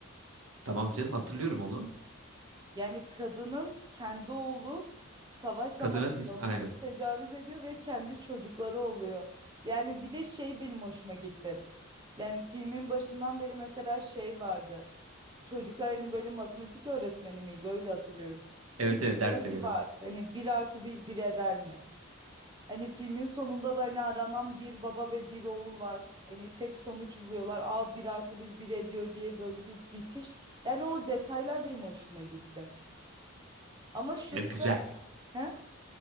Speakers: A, on the right; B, on the right.
A: Tamam canım hatırlıyorum onu.
B: Yani kadının kendi oğlu savaş zamanında
A: Kadına te-
B: ona
A: aynen.
B: tecavüz ediyor ve kendi çocukları oluyor. Yani bir de şey benim hoşuma gitti. Yani filmin başından beri mesela şey vardı. Çocuklar hani böyle matematik öğretmeni miydi? Öyle hatırlıyorum.
A: Evet
B: Bir
A: evet ders
B: soru
A: veriyordum.
B: var. Hani bir artı bir bir eder mi? Hani filmin sonunda da hani aranan bir baba ve bir oğul var. Hani tek sonuç buluyorlar. Aa bir artı bir bir ediyor diye böyle bir bitiş. Yani o detaylar benim hoşuma gitti. Ama şu...
A: E,
B: sıra...
A: güzel.
B: He?